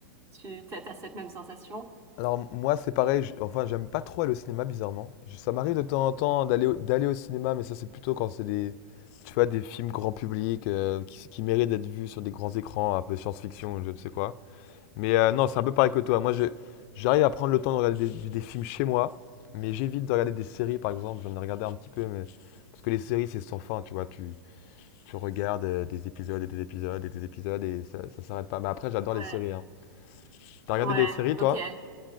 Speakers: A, on the right; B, on the left.
A: tu, t'as t'as cette même sensation.
B: Alors moi, c'est pareil, j- enfin j'aime pas trop aller au cinéma, bizarrement. Je- Ça m'arrive de temps en temps d'aller au, d'aller au cinéma, mais ça c'est plutôt quand c'est des, tu vois, des films grand public euh, qui, qui méritent d'être vus sur des grands écrans, un peu science-fiction, ou je ne sais quoi. Mais euh, non, c'est un peu pareil que toi. Moi, je- j'arrive à prendre le temps de regarder des, des films chez moi, mais j'évite de regarder des séries, par exemple. J'en ai regardé un petit peu, mais parce que les séries, c'est sans fin, tu vois. Tu, tu regardes euh, des épisodes et des épisodes et des épisodes et ça, ça s'arrête pas. Mais après, j'adore
A: Ouais,
B: les séries, hein. T'as regardé
A: ouais,
B: des séries, toi?
A: ok.